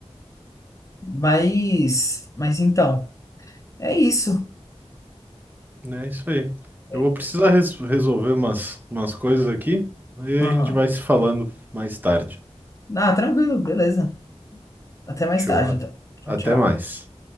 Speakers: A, on the left; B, on the right.
A: Mas, mas então, é isso.
B: É isso aí.
A: É,
B: Eu vou precisar res- resolver umas, umas coisas aqui, aí
A: Aham.
B: a gente vai se falando mais tarde.
A: Ah, tranquilo, beleza. Até mais
B: Show.
A: tarde,
B: a-
A: então. Tchau,
B: Até
A: tchau.
B: mais.